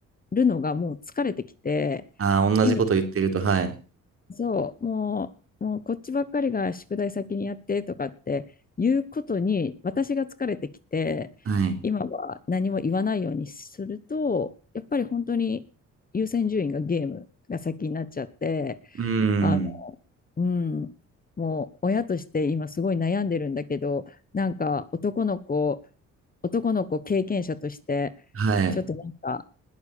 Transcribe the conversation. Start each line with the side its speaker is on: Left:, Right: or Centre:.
Left: るのがもう疲れてきて、
Right: ああ、同じこと言ってると、
Left: 今
Right: はい。
Left: そう、もう、もうこっちばっかりが宿題先にやってとかっていうことに私が疲れてきて、
Right: はい。
Left: 今は何も言わないようにすると、やっぱり本当に優先順位がゲームが先になっちゃって、
Right: うん。
Left: あの、うん、もう親として今すごい悩んでるんだけど、なんか男の子、男の子経験者として、
Right: はい。
Left: ちょっとなんか